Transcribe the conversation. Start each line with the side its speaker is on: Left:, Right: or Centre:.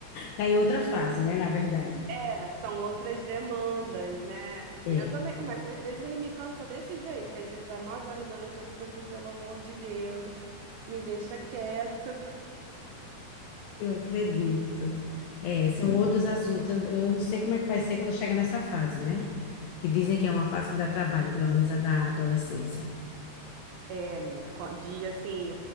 Left: Tá em outra fase, né, na verdade.
Right: É, são outras demandas, né?
Left: É.
Right: Eu também, mas às vezes ele me cansa desse jeito, que às vezes dá 9 horas da noite eu fico assim, pelo amor de Deus, me deixa quieto.
Left: Eu acredito. É, são outros assuntos. Eu, eu não sei como é que vai ser quando chega nessa fase, né? Que dizem que é uma fase que dá trabalho, pelo menos a da adolescência.
Right: É, menina, quan- de assim,